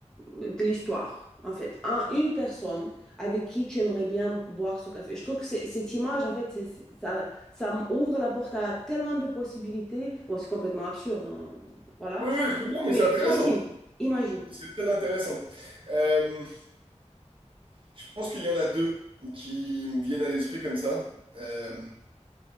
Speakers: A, in the centre; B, on the right.
A: de l'histoire, en fait, Un- une personne avec qui tu aimerais bien boire ce café. Je trouve que c'est- cette image, en fait, c'est- c'est- ça, ça ouvre la porte à tellement de possibilités. Bon, c'est complètement absurde, hein, voilà.
B: Oui, oui, je comprends, mais
A: Mais
B: c'est intéressant.
A: imagine, imagine.
B: C'est très intéressant. Euh, je pense qu'il y en a deux qui me viennent à l'esprit comme ça. Euh,